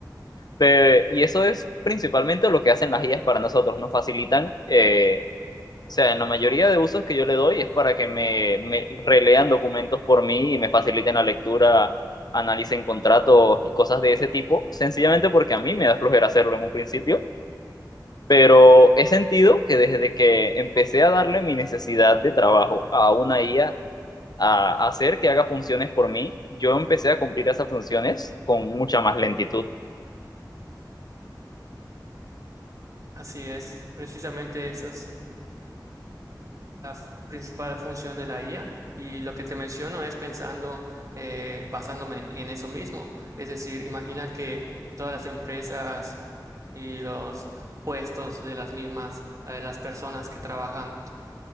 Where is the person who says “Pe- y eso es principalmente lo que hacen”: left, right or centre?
Left